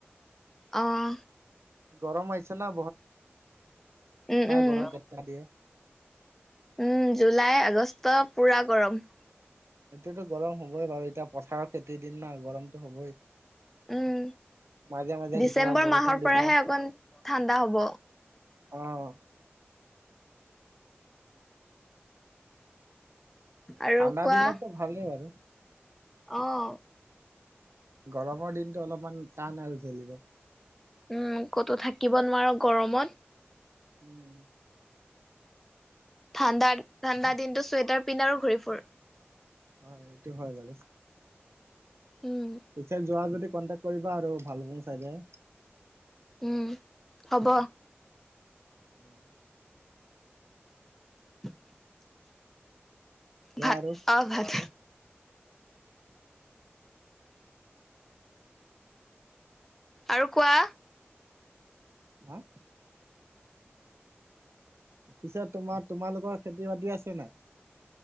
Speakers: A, in the centre; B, on the right.
A: অহ।
B: গৰম আহিছে ন'
A: উম-উম।
B: গৰম কেনেকা দিয়ে
A: উম' জুলাই, আগষ্ট পূৰা গৰম।
B: এতিয়াতো গৰম হ'বই বাৰু এতিয়া পথাৰৰ খেতিৰ দিন ন' গৰমতটো হ'বই।
A: উম।
B: মাজে-মাজে
A: ডিচেম্বৰ
B: কেতিয়াবা বৰষুণ
A: মাহৰ পৰাহে
B: দিব।
A: অকণ ঠাণ্ডা হ'ব
B: অহ।
A: আৰু
B: ঠাণ্ডা
A: কোৱা,
B: দিনতো ভালেই বাৰু
A: অ',
B: গৰমৰ দিনটো অলপমান টান আৰু জেলিব।
A: উম ক'তো থাকিব নোৱাৰো গৰমত।
B: উম
A: ঠাণ্ডাত-ঠাণ্ডা দিনতো চুৱেটাৰ পিন্ধ আৰু ঘূৰি ফুৰ।
B: অ', সেইটো হয় বাৰু।
A: উম।
B: পিছে যোৱা যদি কণ্টেক কৰিবা আৰু ভালুকপুং চাইডে।
A: উম', হব।
B: <unintelligible>
A: <inaudible>
B: কোৱা
A: ভাত,
B: আৰু
A: অ' ভাত আৰু কোৱা
B: হা? পিছে তোমাক-তোমালোকৰ খেতি বাতি আছে নাই?